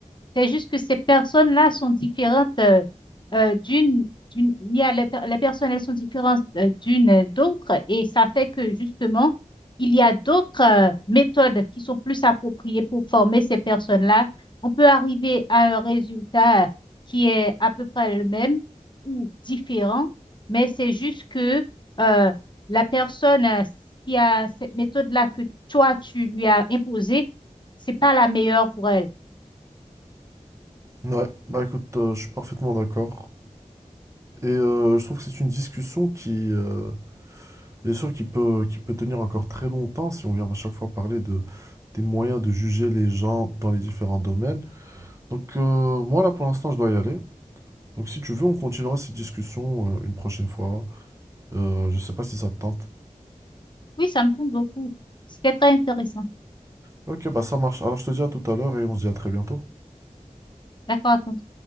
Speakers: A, on the left; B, on the right.
A: C'est juste que ces personnes-là sont différentes euh, euh, d'une, d'une, il y a les, per- les personnes, elles sont différentes euh, d'une d'autre et ça fait que justement, il y a d'autres euh, méthodes qui sont plus appropriées pour former ces personnes-là. On peut arriver à un résultat qui est à peu près le même ou différent, mais c'est juste que euh, la personne euh, qui a cette méthode-là que toi, tu lui as imposée, c'est pas la meilleure pour elle.
B: Ouais, bah écoute, euh, je suis parfaitement d'accord. Et euh, je trouve que c'est une discussion qui, euh, bien sûr, qui peut, qui peut tenir encore très longtemps si on vient à chaque fois parler de, des moyens de juger les gens dans les différents domaines. Donc euh, moi là pour l'instant je dois y aller. Donc si tu veux, on continuera cette discussion euh, une prochaine fois. Euh, je sais pas si ça te tente.
A: Oui, ça me tombe beaucoup. C'était très intéressant.
B: Ok, bah ça marche. Alors je te dis à tout à l'heure et on se dit à très bientôt.
A: D'accord, à tantôt.